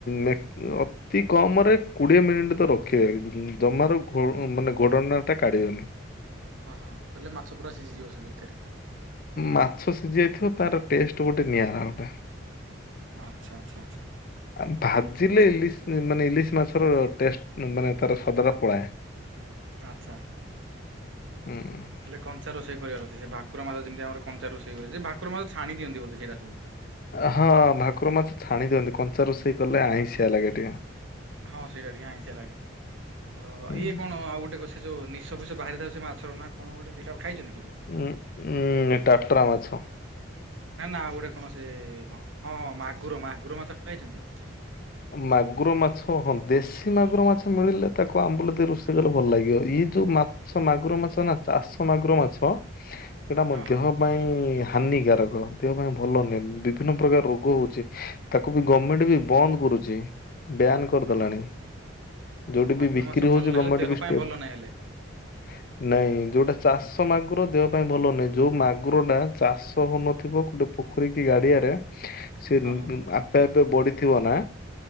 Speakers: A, on the left; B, on the right.
A: ମା ଅଫ୍ ତି କମ ରେ କୋଡିଏ ମିନିଟ୍ ତ ରଖିବେ। ଜମାରୁ ଘୋ ମାନେ ଘୋଡଣାଟା କାଢିବେନି।
B: ହଁ ହଁ କହିଲେ ମାଛ ପୁରା ଶିଝିଯିବ ସେ ଭିତରେ।
A: ମାଛ ସିଝି ଯାଇଥିବ ତାର ଟେଷ୍ଟ ଗୋଟେ ନିଆରା ଗୋଟେ।
B: ଆଚ୍ଛା ଆଚ୍ଛା ଆଚ୍ଛା
A: ଆଉ ଭାଜିଲେ
B: ଠିକ ଅଛି।
A: ଇଲିଶ ମାନେ ଇଲିଶ ମାଛର ଟେଷ୍ଟ ମାନେ ତାର ସ୍ୱାଦଟା ପଳାଏ।
B: ଆଚ୍ଛା।
A: ହଁଁ।
B: ହେଲେ କଞ୍ଚା ରୋଷେଇ କରିବାର ଅଛି। ସେ ଭାକୁର ମାସ ଯେମିତି ଆମ କଞ୍ଚା ରୋଷେଇ ହୁଏ। ସେ ଭାକୁର ମାଛ ଛାଣି ଦିଅନ୍ତି ବୋଧେ ସେଇରାକୁ।
A: ହଁ ଭାକୁର ମାଛ ଛାଣି ଦିଅନ୍ତି କଞ୍ଚା ରୋଷେଇ କଲେ ଆଇଁସିିଆ ଲାଗେ ଟିକେ।
B: ହଁ ସେଇଟା ଟିକେ ଆଇଁସିଆ ଲାଗେ। ତ
A: ଉଁ
B: ଇଏ କଣ ଆଉ ଗୋଟେ କ ସେ ଯୋଉ ନିଶ ଫିଷ ବାହାରିଥାଉ ସେ ମାଛର ନା କଣ ଗୋଟେ ସେଇଟା ଖାଇଛନ୍ତି କେବେ।
A: ଉ ଉଁ ଟାଟ୍ରା ମାଛ।
B: ନା ନା ଆଉ ଗୋଟେ କଣ ସେ କଣ ହଁ ହଁ ମାଗୁର ମାଗୁର ମାଛ ଖାଇଛନ୍ତି?
A: ମାଗୁର ମାଛ ହଁ ଦେଶୀ ମାଗୁର ମାଛ ମିଳିଲେ ତାକୁ ଆମ୍ବୁଲ ଦେଇ ରୋଷେଇ କଲେ ଭଲ ଲାଗିବ। ଇଏ ଯୋଉ ମା ଚା ମାଗୁର ମାଛ ନା ଚାଷ ମାଗୁର ମାଛ ସେଟା ମଧ୍ୟ
B: ହଁ ହଁ ହଁ
A: ପାଇଁ ହାନିକାରକ ଦେହ ପାଇଁ ଭଲ ନୁହେଁ ବିଭିନ୍ନ ପ୍ରକାର ରୋଗ ହଉଛି। ତାକୁ ବି ଗମେଣ୍ଟ ବି ବନ୍ଦ କରୁଛି। ବ୍ୟାନ କରିଦେଲାଣି
B: ହଁ ହଁ
A: ଯୋଉଠି
B: ମାଗୁର
A: ବି ବିକ୍ରି
B: ମାଛ ଭଲ
A: ହଉଛି
B: ନାହିଁ
A: ଗମେଣ୍ଟ
B: ହେଲେ ଦେହ
A: ବିସ୍କୁଟ।
B: ପାଇଁ ଭଲ
A: ହ
B: ନାହିଁ ହେଲେ।
A: <inaudible> ନାଇଁ ଯୋଉଟା ଚାଷ ମାଗୁର ଦେହ ପାଇଁ ଭଲ ନାହିଁ ଯୋଉ ମାଗୁର ଟା ଚାଷ ହୋଉନଥିବ ଗୋଟେ ପୋଖରୀ କି ଗାଡିଆରେ ସେ
B: ହଁ ହଁ
A: ଆପେ ଆପେ ବଢିଥିବ ନା